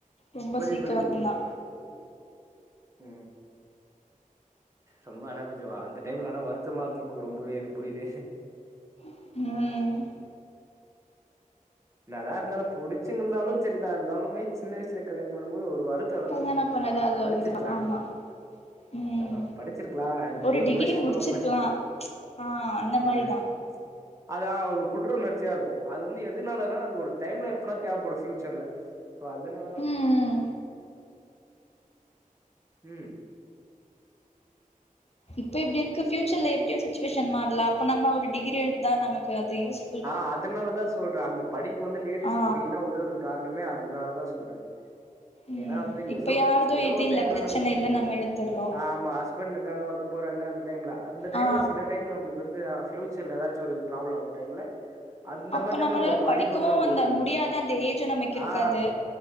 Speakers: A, on the left; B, on the right.
A: ரொம்ப
B: புரியுது
A: சீக்கிரந்தா
B: புரியுது புரியுது உ ரொம்ப ஆனா கொஞ்சோ அந்த டைம்ல ஆனா வருத்தமா இருந்திருக்கு ரொம்பவே எனக்கு புரியுது
A: உ
B: நல்லாயிருந்தாலு புடிச்சு இருந்தாலு சரிதா இருந்தாலமே சின்ன வயசுல கல்யாணம் பண்ணு போது ஒரு வரத்து த்தோ இருந்திருக்கு
A: கல்யாணம் பண்ணது அது
B: படிச்சிருக்கலா
A: ஒரு இதுதா ஆமா ம்
B: ஆ படிச்சிருக்கலா இந்த
A: ஒரு
B: இயர்
A: டிகிரி
B: முடிச்சுட்டு
A: முடிச்சிருக்கலா
B: கூட பண்ணி
A: ஆ அந்த
B: ம்
A: மாரிதா
B: அதா ஒரு குற்ற உணர்ச்சியா இருக்கு அது வந்து எதுனால நா அது ஒரு டைம்ல எப்பனா தேவப்படு ஃப்யுச்சர்ல அதுனாலதா
A: ம் ம்
B: உ
A: இப்ப இப்படி இருக்கு பியூச்சர்ல எப்டியுச்சு சுச்சுவேஷன் மாறலாம் அப்ப நம்ம ஒரு டிகிரி இருந்தா நமக்கு அது யூஸ்
B: ஆஹ் அதுனாலதா சொல்றே அந்த படிப்பு வந்து லேடிஸ்க்கு
A: ஆ
B: மெயினா உதவுது காரணமே அதனால தான் சொல்றே
A: ம்
B: ஏன்னா வந்து
A: இப்ப
B: ஏதோ
A: யாரது
B: ஏதோ
A: இது
B: ஒரு
A: இல்ல
B: டைம்ல
A: பிரச்சன
B: நம்
A: இல்ல நம்ம எழுந்துடுறோ
B: ஆமா ஹஸ்பண்ட் இருக்காங்க ஒர்க் போறாங்க அந்த டைம்ல அந்த டைம்ல
A: ஆ
B: சில டைம் நம்மளுக்கு வந்து பியூச் புயுச்சர்ல ஏதாச்சு ஒரு ப்ராப்ளோ வர டைம்ல அந்த
A: அப்ப
B: மார் டைம்ல
A: நம்மளால
B: நம்ம படிப்பு
A: படிக்கவு
B: வந்து நம்மளுக்கு
A: அந்த
B: உதவு
A: முடியாத அந்த ஏஜு நமக்கு இருக்காது
B: ஆ